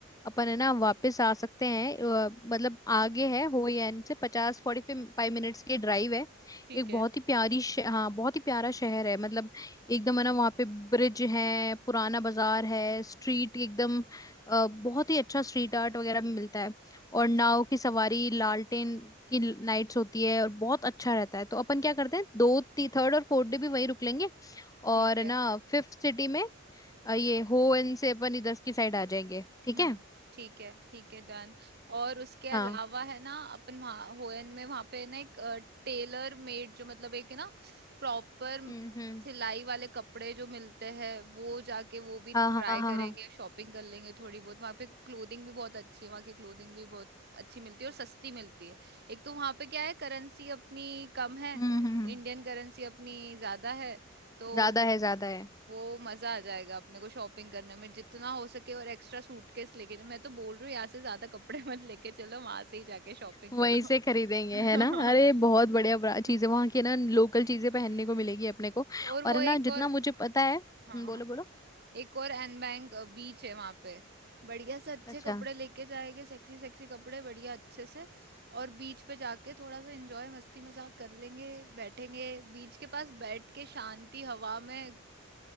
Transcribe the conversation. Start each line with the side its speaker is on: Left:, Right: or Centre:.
Left: अपन है ना वापस आ सकते हैं अ, मतलब आगे है होई एन से पचास फोर्टी फाइव मिनट्स की ड्राइव है
Right: ठीक
Left: एक
Right: है
Left: बहुत ही प्यारी श- हाँ बहुत ही प्यारा शहर है मतलब एकदम है ना वहाँ पे ब्रिज है पुराना बाजार है स्ट्रीट एकदम अ, बहुत ही अच्छा स्ट्रीट आर्ट वगैरह भी मिलता है और
Right: अच्छा
Left: नाव की सवारी लालटेन की नाइट्स होती है और बहुत अच्छा रहता है तो अपन क्या करते हैं दो थर्ड और फोर्थ डे भी वहीं रुक लेंगे और
Right: ठीक है
Left: है ना फिफ्थ सिटी में अ, ये हो इन से अपन इधर की साइड आ जाएंगे ठीक
Right: हम्म
Left: है
Right: ठीक है ठीक है डन और उसके अलावा
Left: हाँ
Right: है ना अपन वहाँ होयन में वहाँ पे ना एक टेलर मेड जो मतलब एक ना प्रॉपर
Left: हम्म हम्म
Right: सिलाई वाले कपड़े जो मिलते हैं वो जाके वो भी ट्राई
Left: हाँ हाँ हाँ
Right: करेंगे
Left: हाँ
Right: शॉपिंग कर लेंगे थोड़ी बहुत वहाँ पे क्लोथिंग भी बहुत अच्छी है वहाँ की क्लोथिंग भी बहुत अच्छी मिलती है और सस्ती मिलती है एक तो वहाँ पे क्या है करेंसी अपनी कम है
Left: हम्म हम्म, हम्म।
Right: इंडियन करेंसी अपनी ज्यादा है तो
Left: ज्यादा है ज्यादा है
Right: वो मजा आ जाएगा अपने को शॉपिंग करने में जितना हो सके और एक्स्ट्रा सूटकेस लेके मैं तो बोल रही हूँ यहाँ से ज्यादा कपड़े <laughs> मत लेके चलो वहां से ही जाके शॉपिंग
Left: वहीं
Right: करो
Left: से खरीदेंगे
Right: <laughs>
Left: है ना अरे बहुत बढ़िया बड़ा चीजें वहां की ना लोकल चीजें पहनने को मिलेगी अपने को
Right: और वो
Left: और है
Right: एक
Left: ना
Right: और
Left: जितना मुझे पता है हम्म,
Right: हाँ हाँ,
Left: बोलो बोलो
Right: एक और एनबैंग बीच है वहां पे बढ़िया से अच्छे
Left: अच्छा
Right: कपड़े लेके जाएंगे सेक्सी सेक्सी कपड़े बढ़िया अच्छे से और बीच पे जाके थोड़ा सा एंजॉय मस्ती मजाक कर लेंगे बैठेंगे बीच के पास बैठ के शांति हवा में